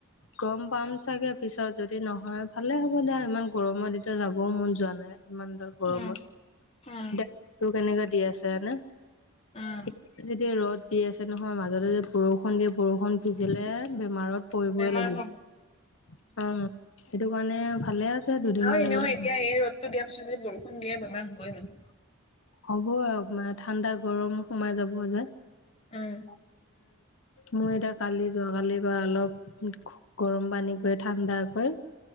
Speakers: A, on the left; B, on the left.
A: গৰম পাম চাগে পিছত যদি নহয় ভালে হ'ব দিয়া ইমান গৰমৰ এতিয়া যাবও মন যোৱা নাই ইমানডাল গৰমত
B: উম উম,
A: দেত টো কেনেকে দি আছে হয় নে?
B: উম,
A: এত যদি ৰ'দ দি আছে নহয় মাজতে যেদি বৰষুন দিয়ে বৰষুণ ভিজিলে বে। মাৰত পৰিবই
B: বেমাৰ
A: লাগিব
B: হ'ব
A: অ সেইটো কাৰণে ভালে আছে দুদিনমান
B: অ
A: লাগিলে
B: এনেও এতিয়া এই ৰদতটো দিয়াৰ পিছত যে বৰষুণ দিয়ে বেমাৰ হবই মানুহ।
A: হ'ব আৰু মানে ঠাণ্ডা গৰম সোমাই যাব যে।
B: উম
A: মই এতিয়া কালি যোৱাকালিৰ পৰা অলপ গৰম পানী কৰি ঠাণ্ডাকৈ